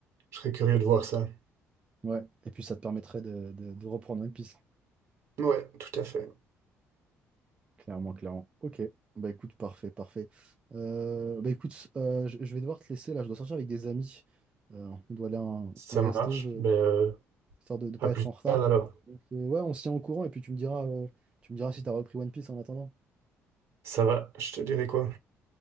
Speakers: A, on the right; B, on the right.
A: Je serais curieux de voir ça.
B: Ouais, et puis ça te permettrait de, de- de reprendre One Piece.
A: Ouais, tout à fait.
B: Clairement, clairement. Ok, bah écoute, parfait, parfait. Euh, bah écoute, euh, je, je vais devoir te laisser là, je dois sortir avec des amis. Euh, on doit aller à un,
A: Ça
B: un resto,
A: marche.
B: je,
A: Ben, euh,
B: histoire de ne pas
A: à plus
B: être en retard.
A: tard alors.
B: Donc, euh, ouais, on se tient au courant et puis tu me diras, euh, tu me diras si t'as repris One Piece en attendant.
A: Ça va, je te dirai quoi.